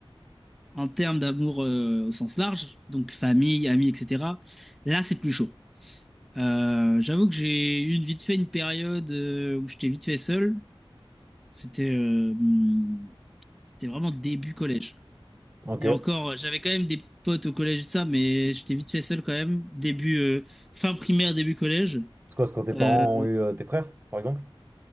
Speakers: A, in the centre; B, on the right (about 20°).
A: en termes d'amour, euh, au sens large, donc famille, amis, etc., là, c'est plus chaud. Euh, j'avoue que j'ai eu une, vite fait une période euh, où j'étais vite fait seul. C'était euh, hum, c'était vraiment début collège.
B: ok.
A: Et encore, j'avais quand même des potes au collège, et ça, mais j'étais vite fait seul quand même. Début, euh, fin primaire, début collège.
B: C'est quoi, c'est quand tes
A: Euh,
B: parents ont eu euh, tes frères, par exemple?